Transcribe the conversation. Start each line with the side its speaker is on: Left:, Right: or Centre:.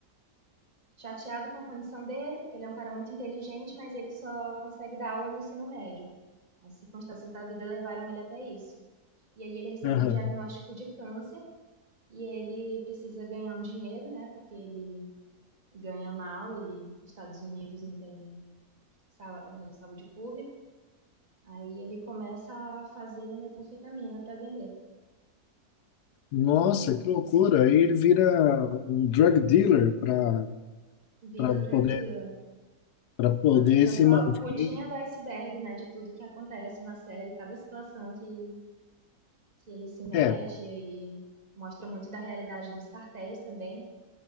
Right: chateado com a condição dele, porque ele é um cara muito inteligente, mas ele só consegue dar aula no ensino médio. As circunstâncias da vida levaram ele até isso. E aí ele recebe
Left: Aham.
Right: um diagnóstico de câncer e ele precisa ganhar um dinheiro, né? Porque ele ganha mal e Estados Unidos não tem sa- eh, saúde pública. Aí ele começa a fazer metanfetamina para vender.
Left: Nossa, que loucura! Aí ele vira um drug dealer para
Right: Vira
Left: para
Right: um drug
Left: poder
Right: dealer.
Left: para poder
Right: Só que isso é
Left: se
Right: só
Left: manter.
Right: a pontinha do iceberg, né? De tudo que acontece na série, cada situação que, que ele se mete,
Left: É,
Right: e aí mostra muito da realidade dos cartéis também,